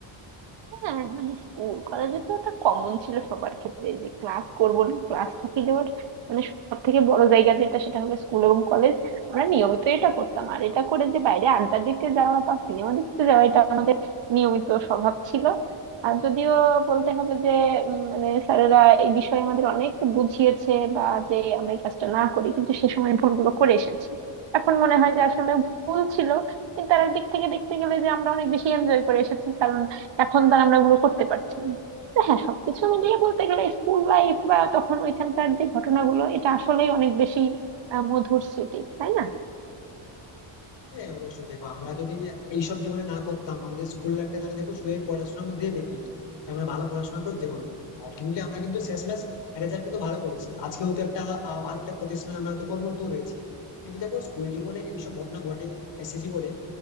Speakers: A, on the right (about 60°); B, on the left (about 60°).
A: হ্যাঁ মানে স্কুল কলেজে তো ওটা কমন ছিল সবার ক্ষেত্রে যে ক্লাস করব না ক্লাসটা কি দেওয়ার মানে সব থেকে বড় জায়গা যেটা সেটা হলো স্কুল এবং কলেজ আমরা নিয়মিত এটা করতাম আর এটা করে যে বাইরে আড্ডা দিতে যাওয়া বা সিনেমা দেখতে যাওয়া এটা আমাদের নিয়মিত স্বভাব ছিল আর যদিও বলতে হবে যে উম, মানে স্যারেরা এই বিষয়ে আমাদের অনেক বুঝিয়েছে বা যে আমরা এই কাজটা না করি কিন্তু সে সময় ভুলগুলো করে এসেছি এখন মনে হয় যে আসলে ভুল ছিল কিন্তু আর দিক থেকে দেখতে গেলে যে আমরা অনেক বেশি এনজয় করে এসেছি এখন তো আর আমরা ওগুলো করতে পারছি না তো হ্যাঁ সবকিছু মিলিয়ে বলতে গেলে স্কুল লাইফ বা তখন ওইখানকার যে ঘটনাগুলো এটা আসলেই অনেক বেশি আহ, মধুর স্মৃতি তাই না
B: হ্যাঁ অবশ্যই দেখো আমরা যদি এইসব জীবনে না করতাম আমাদের স্কুল লাইফটা তাহলে দেখো শুধু এই পড়াশোনার মধ্যে বেরিয়ে যেত তাই আমরা ভালো পড়াশোনা করতে হবে আর তুমি কি আমরা কিন্তু শেষমেশ রেজাল্ট কিন্তু ভালো করেছি আজকেও তো একটা আহ, ভালো একটা প্রতিষ্ঠানে আমরা তো কর্মরত রয়েছি কিন্তু দেখো স্কুল জীবনে এইসব ঘটনা ঘটে এসেছি বলে